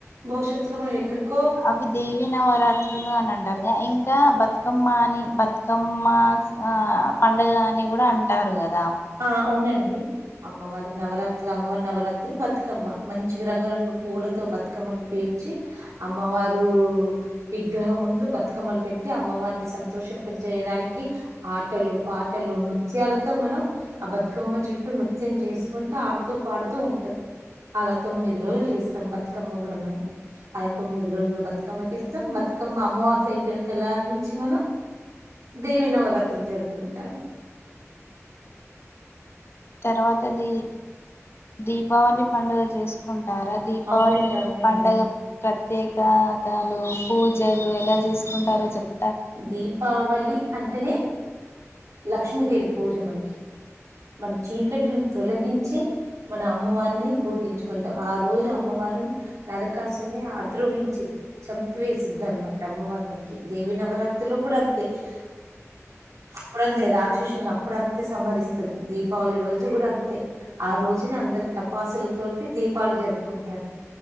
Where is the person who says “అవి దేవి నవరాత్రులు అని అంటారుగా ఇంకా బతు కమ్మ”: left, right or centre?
Left